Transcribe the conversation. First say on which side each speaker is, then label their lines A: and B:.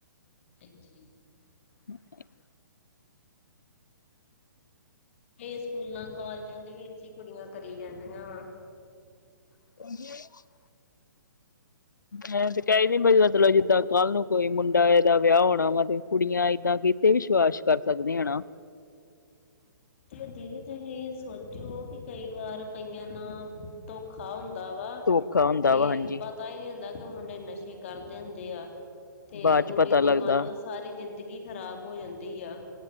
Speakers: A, on the left; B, on the left.
A: ਹਾਂ ਜੀ।
B: <inaudible>
A: ਇਹ ਸਕੂਲਾਂ ਕਾਲਜਾਂ ਦੇ ਵਿੱਚ ਹੀ ਕੁੜੀਆਂ ਕਰੀ ਜਾਂਦੀਆ ਵਾ।
B: <inaudible> ਮੈਂ ਤੇ ਕਹਿ ਈ ਰਹੀ ਮਤਲਬ ਜਿੱਦਾਂ ਕੱਲ ਨੂੰ ਕੋਈ ਮੁੰਡਾ ਦਾ ਵਿਆਹ ਹੋਣਾ ਵਾ ਤੇ ਕੁੜੀਆਂ ਏਦਾਂ ਕੀਤੇ ਵਿਸ਼ਵਾਸ ਕਰ ਸਕਦੀ ਆ ਹਨਾ।
A: ਤੇ ਦੀਦੀ ਤੁਸੀਂ ਸੋਚੋ ਕਿ ਕਈ ਵਾਰ ਕਈਆਂ ਨਾਲ ਧੋਖਾ ਹੁੰਦਾ ਵਾ।
B: ਧੋਖਾ ਹੁੰਦਾ
A: ਕਿ
B: ਵਾ ਹਾਂਜੀ
A: ਪਤਾ ਈ ਨੀ ਹੁੰਦਾ ਮੁੰਡੇ ਨਸ਼ੇ ਕਰਦੇ ਹੁੰਦੇ ਆ, ਤੇ
B: ਬਾਅਦ
A: ਕੁੜੀ
B: ਚ ਪਤਾ
A: ਦੀ
B: ਲੱਗਦਾ
A: ਮੰਨ ਲਓ ਸਾਰੀ ਜਿੰ ਜ਼ਿੰਦਗੀ ਖ਼ਰਾਬ ਹੋ ਜਾਂਦੀ ਐ।